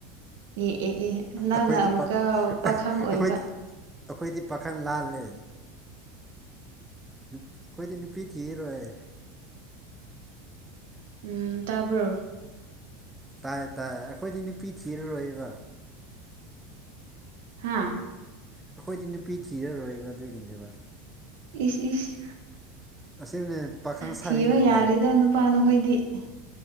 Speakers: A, on the right; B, in the centre.
A: ꯑꯦ ꯑꯦ ꯏꯍꯦ ꯅꯪꯅ
B: ꯑꯩꯈꯣꯏꯗꯤ
A: ꯑꯃꯨꯛꯀ
B: ꯄꯥꯛ
A: ꯄꯥꯈꯪ ꯑꯣꯏꯕ
B: ꯑꯩꯈꯣꯏꯗꯤ ꯑꯩꯈꯣꯏꯗꯤ ꯄꯥꯈꯟ ꯂꯥꯜꯂꯦ ꯑꯩꯈꯣꯏꯗꯤ ꯅꯨꯄꯤ ꯊꯤꯔꯣꯏ
A: ꯎꯝ ꯇꯕ꯭ꯔꯣ
B: ꯇꯥꯏ ꯇꯥꯏ ꯑꯩꯈꯣꯏꯗꯤ ꯅꯨꯄꯤ ꯊꯤꯔꯣꯏꯕ
A: ꯍꯥꯥ
B: ꯑꯩꯈꯣꯏꯗꯤ ꯅꯨꯄꯤ ꯊꯤꯔꯔꯣꯏꯕ ꯑꯗꯨꯒꯤꯅꯦꯕ
A: ꯏꯁ ꯏꯁ
B: ꯑꯁꯦꯡꯕꯅꯦ ꯄꯥꯈꯪ ꯁꯥꯔꯤ
A: ꯊꯤꯕ
B: ꯑꯣꯏꯅ
A: ꯌꯥꯔꯤꯗ ꯅꯨꯄꯥ ꯅꯈꯣꯏꯗꯤ <unintelligible>